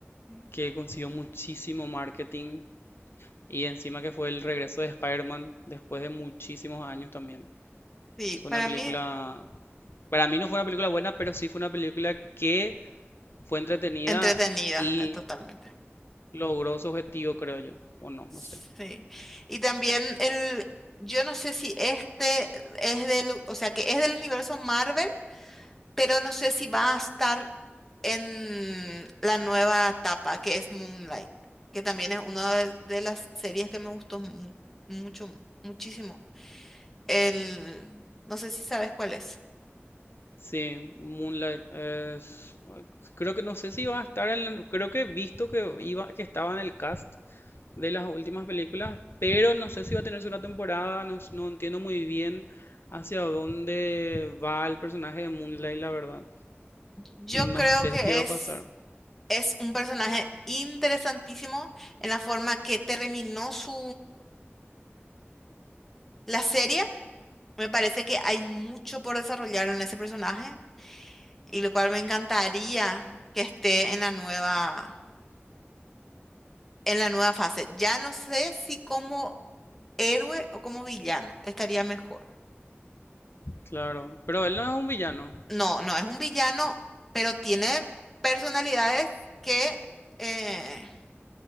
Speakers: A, in the centre; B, on the left.
A: Sí.
B: que consiguió muchísimo marketing y encima que fue el regreso de Spider-Man después de muchísimos años también.
A: sí,
B: Fue
A: para
B: una película,
A: mí
B: para mí no fue una película buena, pero sí fue una película que fue entretenida
A: entretenida,
B: y
A: eh, totalmente.
B: logró su objetivo, creo yo, o no,
A: Sí.
B: no sé.
A: Y también el, yo no sé si este es del, o sea, que es del universo Marvel. pero no sé si va a estar en la nueva etapa que es Moonlight, que también es una de, de las series que me gustó mu- mucho, mu- muchísimo. El, no sé si sabes cuál es.
B: Sí, Moonlight es- creo que no sé si va a estar en la, creo que he visto que iba que estaba en el cast de las últimas películas, pero no sé si va a tener segunda temporada, no, no entiendo muy bien hacia dónde va el personaje de Moonlight, la verdad.
A: Yo creo
B: No sé
A: que
B: qué va
A: es,
B: a pasar,
A: es un personaje interesantísimo en la forma que terminó su la serie. Me parece que hay mucho por desarrollar en ese personaje y lo cual me encantaría que esté en la nueva en la nueva fase. Ya no sé si como héroe o como villano estaría mejor.
B: claro, pero él no es un villano.
A: No, no es un villano, pero tiene personalidades que eh,